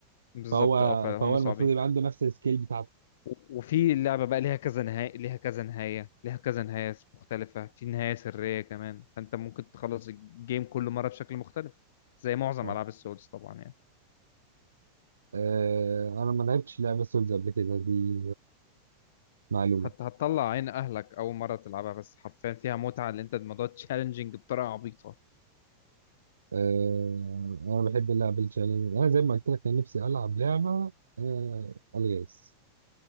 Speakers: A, on the left; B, on the right.
A: بالظبط
B: فهو
A: اه فهم
B: فهو
A: صعبين
B: المفروض يبقى عنده نفس السكيل بتاعتك
A: و- وفي اللعبة بقى ليها كذا نهاية ليها كذا نهاية ليها كذا نهاية مختلفة في نهاية سرية كمان فأنت ممكن تخلص الجيم كل مرة بشكل مختلف زي معظم
B: آه.
A: ألعاب السولز طبعا يعني
B: آه. انا ما لعبتش لعبة سولز قبل كده دي معلومة
A: حتى هتطلع عين أهلك أول مرة تلعبها بس حرفيا فيها متعة اللي أنت الموضوع تشالنجينج بطريقة عبيطة
B: آه. انا بحب اللعب التشالنج انا زي ما قلت لك انا نفسي العب لعبة آه. الغاز